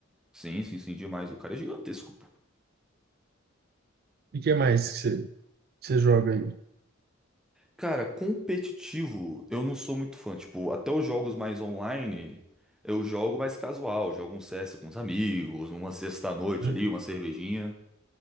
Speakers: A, in the centre; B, on the right.
A: Sim, sim, sim, demais, o cara é gigantesco, pô.
B: E o que mais que você, você joga aí?
A: Cara, competitivo, eu não sou muito fã, tipo, até os jogos mais online, eu jogo mais casual, jogo um CS com os amigos, numa sexta-noite
B: Uhum.
A: ali, uma cervejinha.